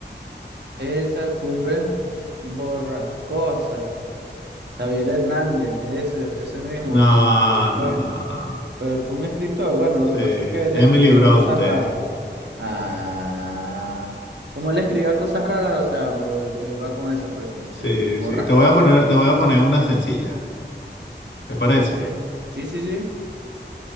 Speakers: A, on the right (about 70°); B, on the left (about 80°).
A: Esa cumbre borrascosas. Xavier Hernández, ese, ese mismo,
B: No,
A: él
B: no,
A: fue,
B: no, no.
A: pero él fue un escritor. Bueno, lo que
B: Sí,
A: pasa es que él
B: Emily
A: escribía
B: Bronte.
A: cosas raras. Ah, como él escribía cosas raras, o sea, me, vol- me iba con eso, pues como
B: Sí,
A: que borrascosas,
B: sí. Te voy a poner,
A: ¿no?
B: te voy a poner una sencilla. ¿Te parece?
A: Ok. Sí, sí, sí.